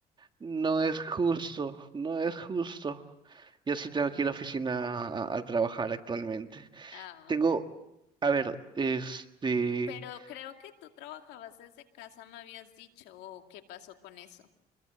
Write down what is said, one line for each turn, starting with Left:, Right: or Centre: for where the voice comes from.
Right: No es justo, no es justo. Yo sí tengo que ir a la oficina a a trabajar actualmente.
Left: Ah,
Right: Tengo, a ver, este.
Left: pero creo que tú trabajabas desde casa, me habías dicho, o qué pasó con eso.